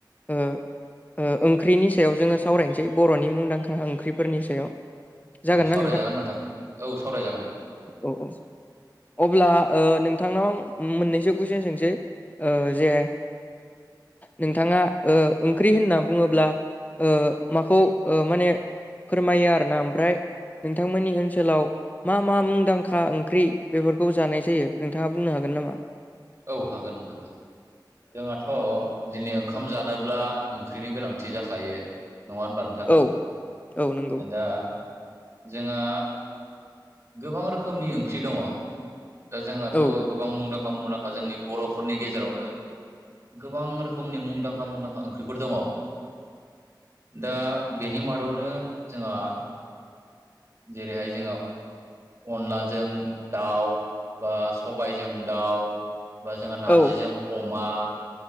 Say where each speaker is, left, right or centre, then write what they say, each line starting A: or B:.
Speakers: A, on the left; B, on the right.
A: ओ ओ ओंख्रिनि सायाव जोङो सावरायनोसै, बर'नि मुंदांखा ओंख्रिफोरनि सायाव। जागोन
B: औ सावरायजागोन
A: ना
B: नोंथां, औ सावरायजागोन।
A: औ औ। अब्ला ओ नोंथांनाव मोननैसो कुइसन सोंसै जे नोंथाङा ओ ओंख्रि होनना बुङोब्ला ओ माखौ ओ माने फोरमायो आरोना ओमफ्राय नोंथांमोननि ओनसोलाव मा मा मुंदांखा ओंख्रि बेफोरखौ जानाय जायो, नोंथाङा बुंनो हागोन नामा?
B: औ हागोन नोंथां हागोन। जोंहाथ' दिनै ओंखाम जानोब्ला ओंख्रिनि गोनांथि जाखायो। नङा होमबा?
A: औ। औ नंगौ
B: दा जोंहा गोबां रोखोमनि ओंख्रि दङ। दा जोंहाथ'
A: औ
B: गोबां मुंदांखा मुंदांखा जोंनि बर'फोरनि गेजेरावनो गोबां रोखोमनि मुंदांखा मुंदांखा ओंख्रिफोर दङ। दा बेनि मादावनो जोंहा जेरैहाय जोङो अनलाजों दाउ बा सबायजों दाउ बा जोंहा नार्जिजों
A: औ
B: अमा।